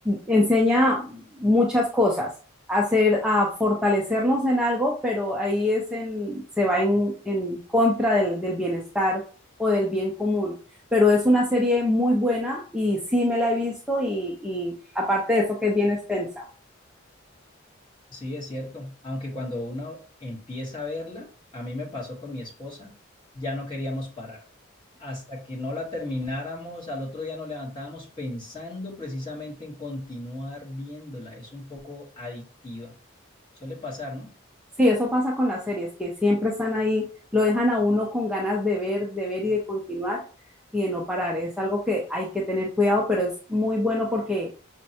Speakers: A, in the centre; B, on the left.
A: enseña muchas cosas, hacer, a fortalecernos en algo, pero ahí es en, se va en, en contra del, del bienestar o del bien común. Pero es una serie muy buena y sí me la he visto y, y, aparte de eso que es bien extensa.
B: Sí, es cierto. Aunque cuando uno empieza a verla, a mí me pasó con mi esposa, ya no queríamos parar. Hasta que no la termináramos, al otro día nos levantábamos pensando precisamente en continuar viéndola. Es un poco adictiva. Suele pasar, ¿no?
A: Sí, eso pasa con las series, que siempre están ahí, lo dejan a uno con ganas de ver, de ver y de continuar y de no parar. Es algo que hay que tener cuidado, pero es muy bueno porque